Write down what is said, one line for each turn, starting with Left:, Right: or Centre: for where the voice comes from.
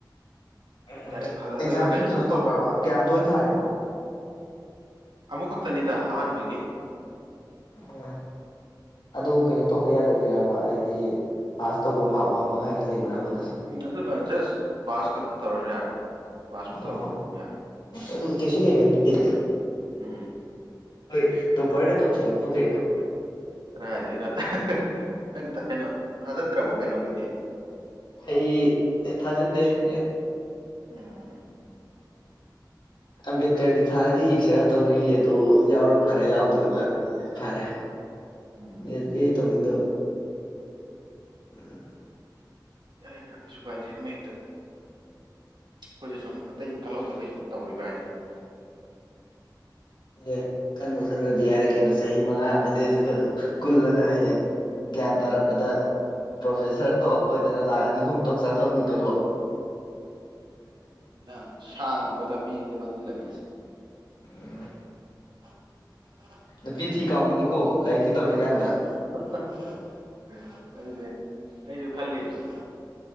Left: ꯎꯝ
Right: ꯗꯥꯏꯔꯦꯛ ꯍꯜꯂꯗꯣꯏꯔꯣ
Left: ꯑꯦꯛꯖꯥꯝꯁꯤ ꯀꯩꯅꯣ
Right: ꯅꯪꯕꯣ
Left: ꯇꯧꯕꯔ꯭ꯕ ꯀꯌꯥꯝ ꯇꯣꯏꯅ ꯊꯥꯔꯤꯅꯣ
Right: ꯑꯃꯨꯛꯈꯛꯇꯅꯤꯗ ꯑꯍꯥꯟꯕꯒꯤ
Left: ꯍꯣꯏ ꯑꯗꯣ ꯀꯩꯅꯣ ꯇꯧꯗ ꯌꯥꯗꯕꯤꯔꯕ ꯍꯥꯏꯗꯤ ꯄꯥꯁ ꯇꯧꯕ ꯃꯥ꯭ꯔꯛ ꯋꯥꯡꯕ ꯀꯥꯏꯅ ꯂꯩꯕ꯭ꯔꯥꯕ ꯑꯗꯨꯁꯨ
Right: ꯎꯝ ꯑꯗꯨꯔ ꯖꯁ ꯄꯥꯁ ꯈꯛꯇꯪ ꯇꯧꯔ ꯌꯥꯔꯦ ꯄꯥꯁꯄꯨ
Left: ꯑꯣ
Right: ꯇꯧꯔꯒꯗꯤ ꯑꯗꯨꯝ ꯌꯥꯔꯦ
Left: ꯑꯗꯨ ꯀꯩꯁꯨ ꯂꯩꯕ ꯅꯠꯇꯦꯅꯦ
Right: ꯎꯝ
Left: ꯍꯣꯏ ꯇꯣꯄꯔꯅ ꯇꯧꯊꯣꯛꯂꯛꯄꯨ ꯀꯩꯅꯣ
Right: ꯀꯔꯥꯏ ꯗꯩꯅꯣꯗ ꯅꯪ ꯀꯩꯅꯣ ꯊꯥꯖꯟꯗ꯭ꯔꯕꯣ ꯀꯩꯅꯣꯒꯤꯗꯤ
Left: ꯑꯩ ꯅꯦ ꯊꯥꯖꯤꯟꯗꯦ ꯅꯦꯠ
Right: ꯎꯝ
Left: ꯑꯝꯕꯦꯠꯀꯔꯒꯤ ꯊꯥꯔꯗꯤ ꯌꯦꯡꯁꯤꯔ ꯇꯧꯔꯤꯌꯦ ꯑꯗꯨ ꯌꯥꯎꯔ ꯐꯔꯦ ꯌꯥꯎꯗ꯭ꯔꯒ ꯐꯔꯦ
Right: ꯎꯝ
Left: ꯅꯦꯠ ꯇꯤ ꯑꯩ ꯇꯧꯅꯤꯡꯗꯕ ꯎꯝ
Right: ꯌꯥꯏꯗ ꯀꯩꯁꯨ ꯀꯥꯏꯗꯦ ꯑꯃꯍꯦꯛꯇ ꯑꯩꯈꯣꯏꯁꯨ ꯁꯨꯝ ꯑꯇꯩ ꯈꯜꯍꯧꯗꯕꯩ ꯁꯨꯝ ꯇꯧꯔꯤꯕ ꯍꯥꯏꯗꯨꯅꯤ
Left: ꯑꯦ ꯈꯟꯕꯨ ꯈꯟꯈꯔ꯭ꯗꯤ ꯌꯥꯔꯦ ꯀꯩꯅꯣ ꯆꯍꯤ ꯃꯉꯥ ꯑꯃꯗꯤ ꯑꯗꯨꯗ ꯑꯗꯨꯝ ꯀꯨꯜꯂꯒ ꯍꯌꯦꯡ ꯒ꯭ꯌꯥꯟ ꯇꯥꯔꯛꯄꯗ ꯄ꯭ꯔꯣꯐꯦꯁꯔ ꯇꯣꯛ ꯑꯣꯏꯗꯅ ꯂꯥꯛ ꯑꯅꯤ ꯑꯍꯨꯝ ꯇꯣꯛ ꯆꯥꯊꯣꯛꯅꯤ ꯇꯣꯂꯣꯞ
Right: ꯌꯥꯝ ꯁꯥꯡꯕ ꯂꯝꯕꯤꯅꯤꯗ ꯃꯗꯨꯏ ꯂꯝꯕꯤꯁꯦ
Left: ꯎꯝ
Right: <unintelligible>
Left: ꯅꯨꯄꯤ ꯊꯤ ꯀꯥꯎꯒꯤꯅꯤꯀꯣ ꯂꯥꯏꯔꯤꯛꯇ ꯇꯧꯔꯤꯀꯥꯟꯗ
Right: <unintelligible> ꯑꯗꯨꯅꯦ ꯑꯩꯖꯨ ꯈꯜꯂꯤꯕꯁꯦ